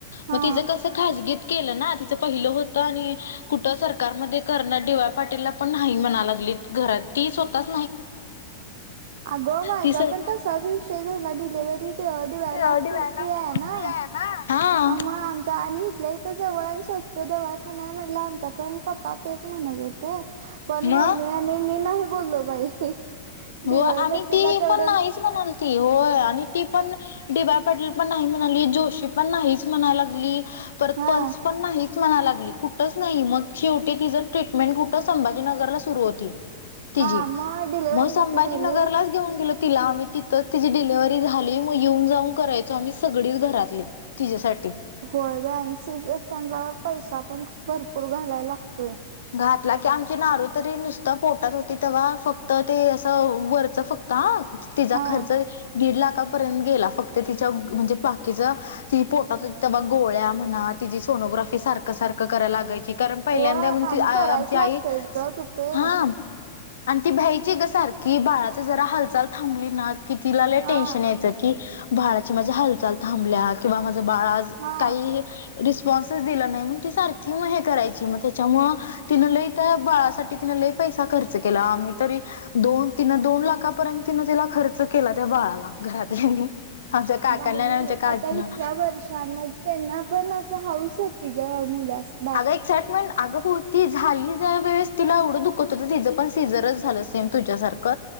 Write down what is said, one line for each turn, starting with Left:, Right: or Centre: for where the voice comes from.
Right: हा
Left: म तिज कस खाजगीत केल ना पहिलं होत आणि कुट सरकारमध्ये करण डी वाय पाटीलला पण नाही म्हणा लागलीत घरात ती स्वतः
Right: अग माझा
Left: अगं
Right: पण तसाच विषय झाला डिलेव्हरी ते डी वाय
Left: माझी
Right: ला फ
Left: डीवायला
Right: फ्री आय ना
Left: आहे ना हा
Right: अ म आमच्या आणि इथल्या इथं इथं जवळ स्वच्छ दवाखाना हाय म्हटल्यावर आमच्या पण पप्पा तेच म्हणत होते. पण
Left: मग
Right: मम्मी आणि मी नाही बोललो बाई
Left: हो
Right: डिवळ
Left: आणि
Right: पट्टीला
Left: ती
Right: तेवढं
Left: पण नाहीच म्हनलती होय आणि ती पण डी वाय पाटील पण नाही म्हणाली जोशी पण नाहीच म्हणाय लागली. परत
Right: हा
Left: पल्स पण नाहीच म्हणाय लागली. कुठच नाही, मग शेवटी तिच ट्रीटमेंट कुठ संभाजीनगरला सुरु होती. तिची
Right: हा, मग डिलिव्हरी
Left: मग संभाजीनगरलाच
Right: कुठे झाली
Left: घेऊन गेलो, तिला आम्ही तिथंच तिची डिलिव्हरी झाली मग येऊन जाऊन करायचो. आम्ही सगळीच घरातले तिच्यासाठी
Right: होय, बाय सी सेक्शनला पैसा पण भरपूर घालायला लागतोय.
Left: घातला की, आमची नारू तरी नुसत पोटात होती. तेव्हा फक्त ते अस वरच का तिचा
Right: हा
Left: खर्च दीड लाखापर्यंत गेला. फक्त तिच्या म्हणजे बाकीचा ती पोटात तेव्हा गोळ्या म्हणा, तिची सोनोग्राफी सारखं सारखं कराय लागायची. <unintelligible>
Right: होय आणि करायच लागतय ग तुपे
Left: आणि ती भ्यायची ग सारखी बाळाची जरा हालचाल थांबली ना, कि तिला लय
Right: हा
Left: टेन्शन यायच, की बाळाची माझ्या हालचाल थांबल्या किंवा माझ बाळ आज
Right: हा
Left: काही रिस्पॉन्सच दिला नाही. ती सारखं हे करायची मग तिच्यामुळे तिनं लई त्या बाळासाठी तिनं लय, पैसा खर्च केला आम्ही तरी दोन, तिनं दोन लाखापर्यत तिनं त्याला खर्च केला. त्या बाळाला घरातल्यानी आमच्या काकांना
Right: भारी
Left: आणि आमच्या
Right: हे
Left: काकीनं
Right: आता इतक्या वर्षान त्यांना पण अशी हौस होती ग मुलाची.
Left: अगं एक्साइटमेंट अगं होती झाली, त्या वेळेस तिला एवढं दुखत होतं. तिचं पण सीझरच झालं. सेम तुझ्यासारख